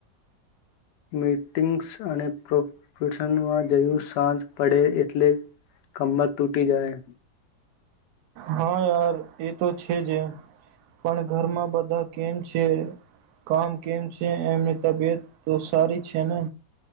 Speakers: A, on the left (about 70°); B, on the right (about 70°).
A: મીટિંગ્સ અને પ્રોપશનમાં જયું સાંજ પડે એટલે કમર ટૂટી જાય.
B: હા યાર એ તો છેજ, પણ ઘરમાં બધા કેમ છે? કામ કેમ છે એમની તબિયત તો સારી છે ને.